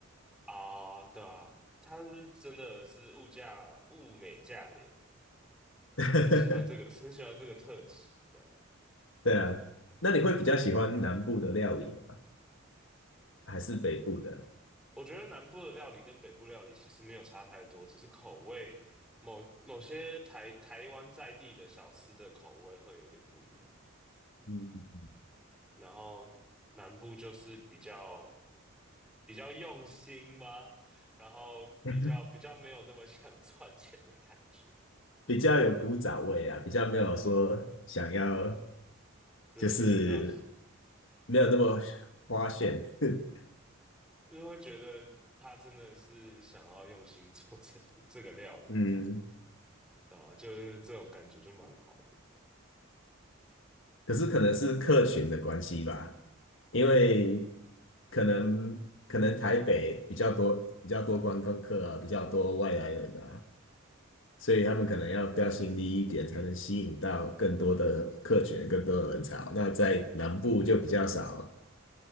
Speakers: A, in the centre; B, on the left (about 65°).
A: 啊，对啊，它是真的是物价物美价廉。
B: <laughs>
A: 很喜欢这个，很喜欢这个特质。这样，
B: 对啊，那你会比较喜欢南部的料理吗？还是北部的？
A: 我觉得南部的料理跟北部料理其实没有差太多，只是口味，某某些台台湾在地的小吃的口味会有点不一样。
B: 嗯，
A: 然后南部就是比较比较用心吗？<laughs> 然后比较比较没有那么想赚钱的感觉，
B: 嗯 <laughs> 比较有古早味啊，比较没有说想要
A: <laughs> 呃，
B: 就是
A: 比较
B: 没有那么花炫。<laughs>
A: 就是会觉得他真的是想要用心做这部这个料理，
B: 嗯，
A: 这样啊，就是这种感觉就蛮好的。
B: 可是可能是客群的关系吧，因为可能可能台北比较多比较多观光客啊，比较多外来人啊，所以他们可能要标新立异一点，才能吸引到更多的客群、更多的人潮。那在南部就比较少，